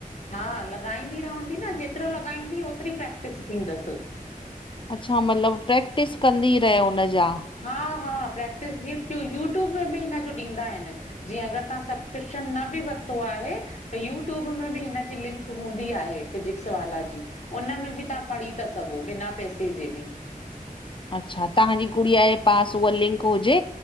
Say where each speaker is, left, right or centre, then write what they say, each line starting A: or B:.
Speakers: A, on the left; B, on the left.
A: हां, लॻाईंदी रहंदी न जेतिरो लॻाईंदी ओतिरी प्रैक्टिस थींदसि।
B: अच्छा मतलब प्रैक्टिस कंदी रहे हुनजा।
A: हा, हा, प्रैक्टिस जीअं यू ट्यूब में ॿि हिनॼो ॾींदा आहिनि। ॼीअं अगर तव्हां सबकृप्श़न न ॿि वतो आहे त यूट्यूब में ॿि हिनॼी लिंक हूंदी आहे फिजिक्सवाला ॼी। उन में ॿि तव्हां पढ़ी था सघो बिना पैसे जे ॿि।
B: अच्छा तव्हांजी गुड़िया जे पास उहा लिंक हुजे